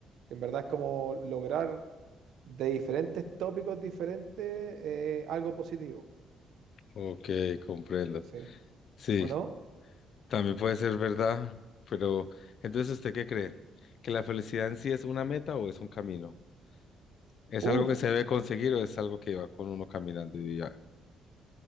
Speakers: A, on the right; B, on the left.
A: que en verdad es como lograr de diferentes tópicos diferentes eh, algo positivo,
B: ok, comprendo.
A: sí,
B: Sí,
A: ¿o no?
B: también puede ser verdad, pero entonces ¿usted qué cree? ¿Que la felicidad en sí es una meta o es un camino? ¿Es
A: Uf,
B: algo que se debe conseguir o es algo que va con uno caminando y ya?